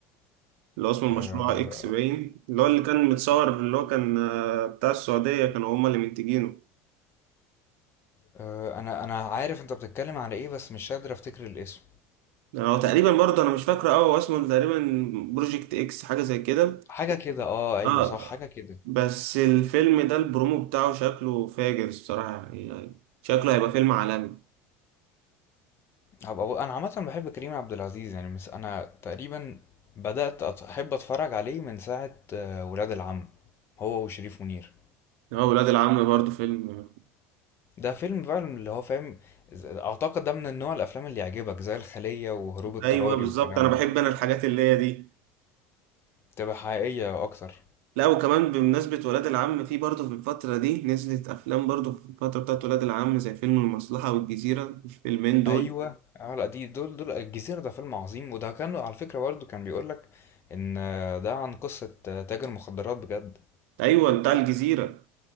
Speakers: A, on the right; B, on the left.
A: اللي هو اسمه المشروع
B: آه
A: اكس باين اللي هو اللي كان متصور اللي هو كان آه، بتاع السعودية كانوا هما اللي منتجينه
B: آه أنا أنا عارف أنت بتتكلم على إيه بس مش قادر أفتكر الاسم
A: يعني هو تقريبا برضه انا مش فاكره قوي هو اسمه تقريبا بروجكت اكس حاجة زي كده
B: حاجة كده اه أيوه
A: اه
B: صح حاجة كده
A: بس الفيلم ده البرومو بتاعه شكله فاجر الصراحة يعني شكله هيبقى فيلم عالمي
B: هبقى بقول- انا عامه بحب كريم عبد العزيز يعني مس انا تقريبا بدات أت- احب اتفرج عليه من ساعه آه، ولاد العم هو وشريف منير
A: هو ولاد العم برضه فيلم
B: ده فيلم فعلا اللي هو فاهم ز- اعتقد ده من النوع الافلام اللي يعجبك زي الخليه وهروب اضطراري
A: ايوه بالظبط
B: والكلام
A: انا بحب
B: ده
A: انا الحاجات اللي هي دي
B: تبقى حقيقيه اكتر
A: لا وكمان بمناسبة ولاد العم في برضه في الفترة دي نزلت أفلام برضه في الفترة بتاعت ولاد العم زي فيلم المصلحة والجزيرة الفيلمين دول
B: ايوه اه لا دي دول دول الجزيره ده فيلم عظيم وده كان على فكره برضه كان بيقول لك ان آه، ده عن قصه آه، تاجر مخدرات بجد
A: ايوه بتاع الجزيره